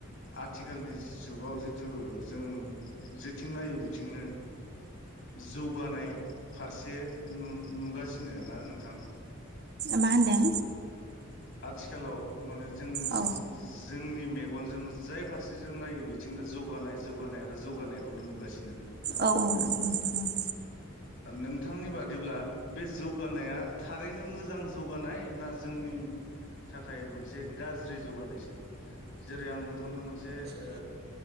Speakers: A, on the left; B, on the right.
A: आथिखालनि जुगाव जिथु जों जेथिं नायो बिथिंनो जौगानाय फारसे न नुगासिनो ना नोंथां।
B: मा होनदों?
A: आथिखालाव माने जों
B: औ
A: जोंनि मे गन जों जाय फारसे जों नायो बिथिंनो जौगानाय जौगानाय आरो जौगानायखौनो नुगासि
B: औ औ नंगौ नोंथां औ।
A: नोंथांनि बादिब्ला बे जौगानाया थारैनो मोजां जौगानाय ना जोंनि थाखाय मोनसे गाज्रि जौगानायसो। जेरै आं नोंथांनो मोनसे ओ